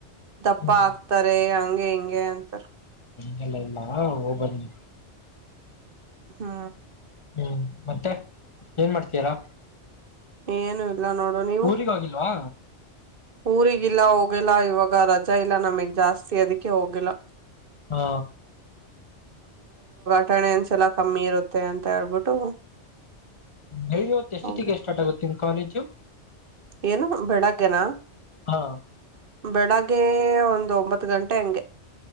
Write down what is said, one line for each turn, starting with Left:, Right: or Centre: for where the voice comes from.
Right: ದಪ್ಪ
Left: ಹ್ಮ್
Right: ಆಕ್ತಾರೆ ಹಂಗೆ ಹಿಂಗೆ ಅಂತಾರ
Left: ಹಲ್ಲ ಇಲ್ಲ ಹೋಗಬನ್ನಿ
Right: ಹ್ಮ
Left: ಹ್ಮ್ ಮತ್ತೆ ಏನ್ ಮಾಡ್ತಯಾರ
Right: ಏನು ಇಲ್ಲ ನೋಡು ನೀವು
Left: ಊರಿಗ ಹೋಗಿಲ್ವಾ
Right: ಊರಿಗಿಲ್ಲ ಹೋಗಿಲ್ಲ ಇವಾಗ ರಜಾ ಇಲ್ಲ ನಮಗ್ ಜಾಸ್ತಿ ಅದಿಕ್ಕೆ ಹೋಗಿಲ್ಲ
Left: ಹಾ
Right: ಟ್ಟಣೆನ್ಸಲ ಕಮ್ಮಿ ಇರುತ್ತೆ ಅಂತ ಹೇಳ್ಬಿಟ್ಟು
Left: ನಿ ಹೊತ್ತು ಎಷ್ಟೊತ್ತಿಗೆ
Right: ಹೋಗಿಲ್ಲ
Left: ಸ್ಟಾರ್ಟ ಆುತ್ತ ನಿಮ್ ಕಾಲೇಜ್ <inaudible>
Right: ಏನು ಬೆಡಕನಾ
Left: ಹಾ
Right: ಬೆಳಗ್ಗೆ ಒಂದ್ ಒಂಬತ್ತು ಗಂಟೆ ಹಂಗೆ